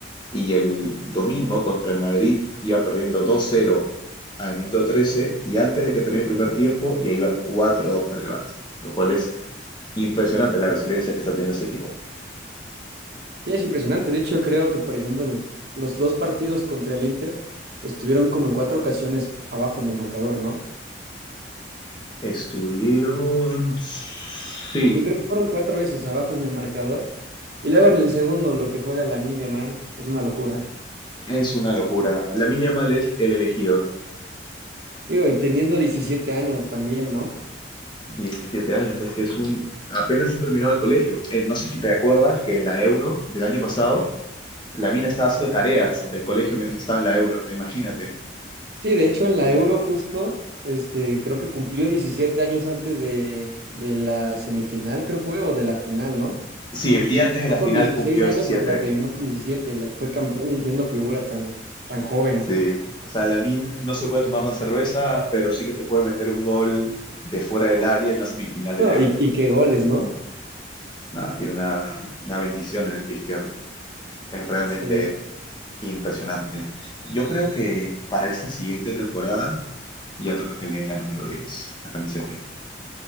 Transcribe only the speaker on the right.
Sí, es impresionante, de hecho creo que por ejemplo en el- los dos partidos contra el Inter estuvieron como en cuatro ocasiones abajo en el marcador, ¿no?
Y creo que fueron cuatro veces abajo en el marcador. Y luego en el segundo lo que juega Lamine Yamal es una locura.
Digo, y teniendo 17 años también, ¿no?
Sí, de hecho en la Euro justo, este, creo que cumplió 17 años antes de, de la semifinal, creo fue, o de la final, ¿no? O
sea, empezó
con
16
años
y la terminó con diecisiete, la, fue campeón y siendo figura tan, tan joven.
No,
y, y
qué goles, ¿no?
Sí.